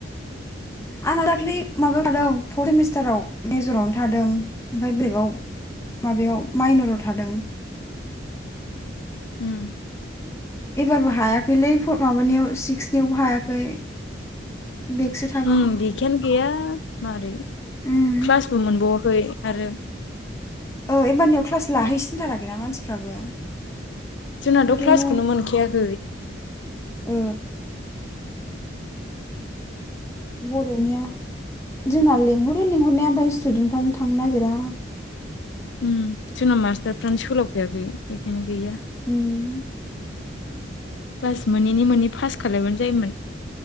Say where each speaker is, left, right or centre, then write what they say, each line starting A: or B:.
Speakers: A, on the left (about 15°); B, on the left (about 70°).
A: आंना दाख्लै माबायाव थादों फर्थ सेमिस्टाराव मेजरावनो थादों ओमफाय बेलेकाव माबायाव माइनराव थादों
B: उम
A: एबारबो हायाखैलै माबानियाव सिक्सनियावबो हायाखै। बेगसो थागोन
B: उम लेखायानो गैया मारै
A: उम
B: क्लासबो मोनबावाखै आरो
A: ओ एबारनियाव क्लास लाहैसिनथाराखैना मानसिफ्राबो
B: जोंनाथ'
A: ओरैनो
B: क्लासखौनो मोनखायाखै।
A: ओ बर'निया जोंना लेंहरो लेंहरनाया ओमफ्राय स्टुदेन्टफ्रानो थांनो नागिरा।
B: उम जोंना मास्टारफ्रानो सोलाबखायाखै बेखायनो गैया।
A: उम
B: क्लास मोनि मोनि पास खालायबानो जायोमोन।